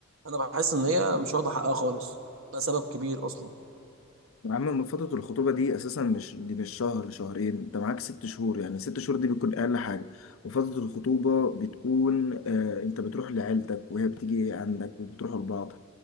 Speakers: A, on the right; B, on the left.
A: انا بحس ان هي مش واخده حقها خالص ده سبب كبير اصلا
B: يا عم من فترة الخطوبة دي أساسا مش دي مش شهر شهرين أنت معاك ست شهور يعني ست شهور دي بتكون أقل حاجة وفترة الخطوبة بتكون آه أنت بتروح لعيلتك وهي بتيجي عندك وبتروحوا لبعض